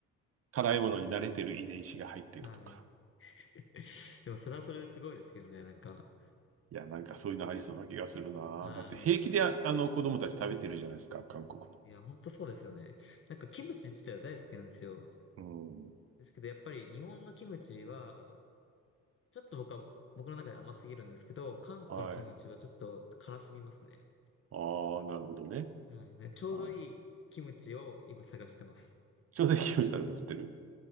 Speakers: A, on the right; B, on the left.
A: 辛いものに慣れてる遺伝子が入ってるとか。
B: はい。<laughs> でも、それはそれですごいですけどね、なんか。
A: いや、なんかそういうのありそうな気がするな。
B: うん、はい。
A: だって平気であ、あの子供たち食べてるじゃないですか、韓国の。
B: いや、ほんとそうですよね。なんか、キムチ自体は大好きなんですよ。
A: うん。
B: ですけど、やっぱり日本のキムチは、ちょっと僕は、僕の中で甘すぎるんですけど、韓国のキムチはちょっと辛すぎますね。
A: はい。ああ、なるほどね。
B: はい。ねちょうどいいキムチを今探してます。
A: はい。ちょうどいいキムチ食べさせてる